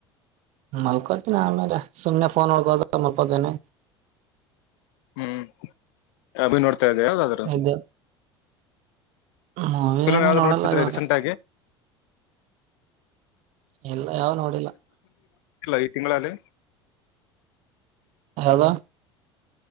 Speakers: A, on the right; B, on the left.
A: ಮಲ್ಕತ್ತನ ಸುಮ್ಮನೆಫೋನ್ ಮಪ್ಪದನೆ
B: ಹ್ಮ್ ಅಭಿ ನೋಡ್ತಾ ಇದೆಯಾ ಯಾವ್ದಾದ್ರೂ
A: ಇದ್ದೆ ಮೂವಿ
B: ಫಿಲ್ಮ್
A: ಏನು
B: ಯಾವ್ದ್ ಆದ್ರು
A: ನೋಡಲ್ಲ
B: ನೋಡ್ತಿದ್ರಿ
A: ಇವಾಗ
B: ರೀಸೆಂಟ್ ಆಗಿ
A: ಎಲ್ಲ ಯಾವ ನೋಡಿಲ್ಲ
B: ಇಲ್ಲಾ ಈ ತಿಂಗಳಲ್ಲಿ
A: ಹದಾ